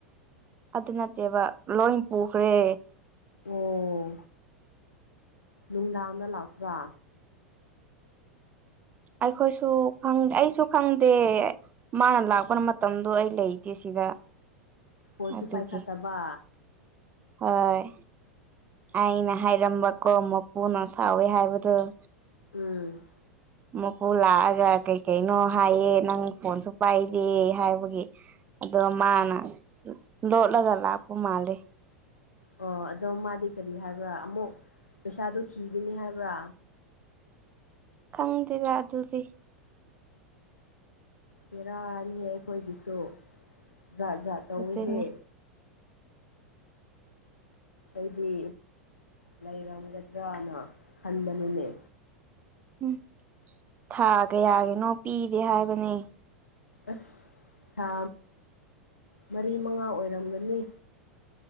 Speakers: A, on the right; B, on the left.
A: ꯑꯗꯨ ꯅꯠꯇꯦꯕ ꯂꯣꯏ ꯄꯨꯈ꯭ꯔꯦ
B: ꯑꯣ ꯅꯨꯡꯗꯥꯡꯗ ꯂꯥꯛꯄ꯭ꯔꯥ
A: ꯑꯩꯈꯣꯏꯁꯨ ꯈꯪꯗꯦ ꯑꯩꯁꯨ ꯈꯪꯗꯦ ꯃꯥꯅ ꯂꯥꯛꯄꯅ ꯃꯇꯝꯗꯣ ꯑꯩ ꯂꯩꯇꯦ ꯁꯤꯗ
B: ꯀꯣꯟꯁꯨ
A: ꯑꯗꯨꯒꯤ
B: ꯄꯥꯏꯈꯠꯇꯕ
A: ꯍꯣꯏ ꯑꯩꯅ ꯍꯥꯏꯔꯝꯕꯀꯣ ꯃꯄꯨꯅ ꯁꯥꯎꯋꯦ ꯍꯥꯏꯕꯗꯨꯣ
B: ꯎꯝ
A: ꯃꯀꯨ ꯂꯥꯛꯑꯒ ꯀꯩ ꯀꯩꯅꯣ ꯍꯥꯏꯌꯦ ꯅꯪ ꯐꯣꯟꯁꯨ ꯄꯥꯏꯗꯦ ꯍꯥꯏꯕꯒꯤ ꯑꯗꯣ ꯃꯥꯅ ꯂꯣꯠꯂꯒ ꯂꯥꯛꯄ ꯃꯥꯜꯂꯤꯦ
B: ꯑꯣ ꯑꯗꯣ ꯃꯥꯗꯤ ꯀꯔꯤ ꯍꯥꯏꯕ꯭ꯔꯥ ꯑꯃꯨꯛ ꯄꯩꯁꯥꯗꯨ ꯊꯤꯒꯅꯤ ꯍꯥꯏꯕ꯭ꯔꯥ
A: ꯈꯪꯗꯦꯔ ꯑꯗꯨꯗꯤ
B: ꯕꯔꯥꯔꯤꯍꯦ ꯑꯩꯈꯣꯏꯗꯨꯁꯨ ꯖꯥꯠ ꯖꯥꯠ ꯇꯧꯏꯤꯍꯦ
A: ꯑꯗꯨꯅꯤ
B: ꯑꯩꯗꯤ ꯂꯩꯔꯝꯒꯗ꯭ꯔꯅ ꯈꯟꯕꯅꯤꯅꯦ
A: ꯎꯝ ꯊꯥ ꯀꯌꯥꯒꯤꯅꯣ ꯄꯤꯗꯦ ꯍꯥꯏꯕꯅꯦ
B: ꯑꯁ ꯊꯥ ꯃꯔꯤ ꯃꯉꯥ ꯑꯣꯏꯔꯝꯒꯅꯤ